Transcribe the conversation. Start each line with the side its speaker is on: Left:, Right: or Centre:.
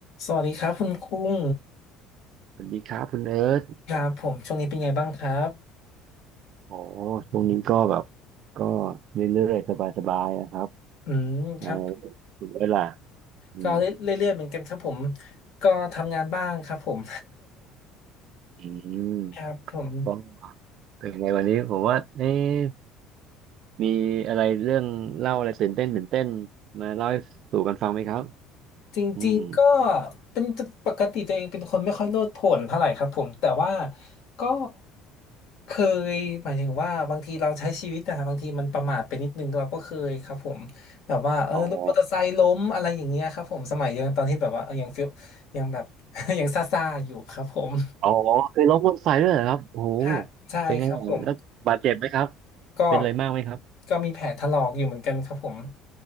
Left: สวัสดีครับคุณคุ้ง
Right: สวัสดีครับคุณเอิร์ธ
Left: ครับผมช่วงนี้เป็นไงบ้างครับ
Right: อ๋อช่วงนี้ก็แบบก็เรื่อยๆสบายๆนะครับ
Left: อืมครับ
Right: ใช่คุณเอิร์ธล่ะอืม
Left: ก็เรื่อยๆเหมือนกันครับผมก็ทำงานบ้างครับผม
Right: อืม
Left: <laughs> ครับผม
Right: ก็เป็นไงวันนี้ผมว่าเอ๊ะมีอะไรเรื่องเล่าอะไรตื่นเต้นตื่นเต้นมาเล่าให้สู่กันฟังไหมครับ
Left: จริงๆก็
Right: อืม
Left: เป็นปกติตัวเองเป็นคนไม่ค่อยโลดโผนเท่าไหร่ครับผมแต่ว่าก็เคยหมายถึงว่าบางทีเราใช้ชีวิตนะครับบางทีมันประมาทไปนิดนึงเราก็เคยครับผมแบบว่าเออรถมอเตอร์ไซค์ล้มอะไรอย่างเงี้ยครับผมสมัยยังตอนที่แบบว่าเออยังฟิลยังแบบ
Right: อ๋อ
Left: <laughs> ยังซ่าๆอยู่ครับผม
Right: อ๋อเคยล้มมอเตอร์ไซค์ด้วยเหรอครับโอ้โห
Left: ค่ะใช่ครับผม
Right: เป็นไงอ่ะแล้วบาดเจ็บไหมครับ
Left: ก็
Right: เป็นอะไรมากไหมครับ
Left: ก็มีแผลถลอกอยู่เหมือนกันครับผม